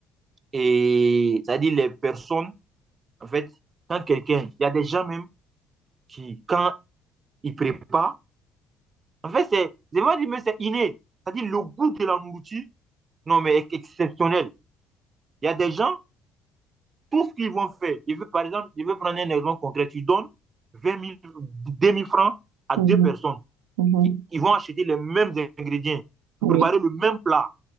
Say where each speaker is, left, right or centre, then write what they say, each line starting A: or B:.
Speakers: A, on the right (about 35°); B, on the right (about 75°).
A: Et c'est-à-dire les personnes, en fait, quand quelqu'un, il y a des gens même qui, quand ils préparent, en fait, c'est, c'est vais dire, mais c'est inné. C'est-à-dire le goût de la nourriture, non, mais est exceptionnel. Il y a des gens, tout ce qu'ils vont faire, je veux, par exemple, je veux prendre un exemple concret, tu donnes vingt mille 2 000 francs à
B: Mhm,
A: deux personnes.
B: mhm.
A: Ils vont acheter les mêmes ingrédients pour
B: Oui,
A: préparer le même plat.